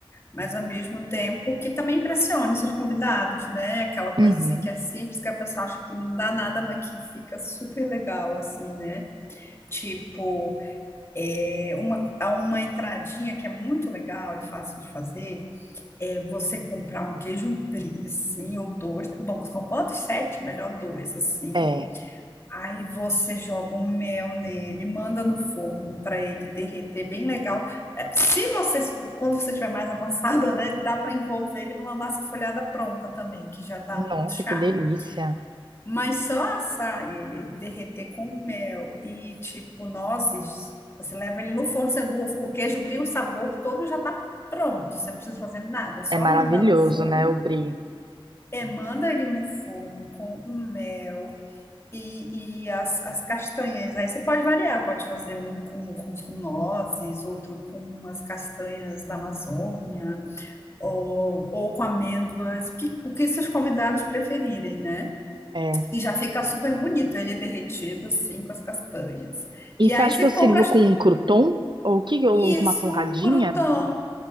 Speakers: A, on the left; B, on the right.
A: mas ao mesmo tempo que também impressione seus convidados, né? Aquela coisa
B: Uhum.
A: assim que é simples, que a pessoa acha que não dá nada, mas que fica super legal, assim, né? Tipo, é, uma, há uma entradinha que é muito legal e fácil de fazer é você comprar um queijo brie, assim, ou dois. Bom, são quantos? Sete? Melhor dois, assim.
B: É.
A: Aí você joga um mel nele, manda no forno para ele derreter bem legal. É, se você, quando você estiver mais avançada, né, dá para envolver ele numa massa folhada pronta também, que já dá um
B: Nossa,
A: outro charme.
B: que delícia.
A: Mas só assar ele, ele derreter com mel e tipo nozes, você leva ele no forno, você, o, o queijo brie, o sabor todo já tá pronto. Você não precisa fazer nada, só
B: É maravilhoso,
A: mandar no forno.
B: né, o brie?
A: É, manda ele no forno com um mel e, e as, as castanhas. Aí você pode variar, pode fazer um com, com, com nozes, outro com umas castanhas da Amazônia, ou, ou com amêndoas, o que, o que seus convidados preferirem, né?
B: É.
A: E já fica super bonito ele derretido, assim, com as castanhas. E
B: E você
A: aí
B: acha
A: você
B: que eu sirvo
A: compra as-
B: com um crouton? Ou que ou
A: isso,
B: com uma torradinha?
A: crouton.
B: Hum.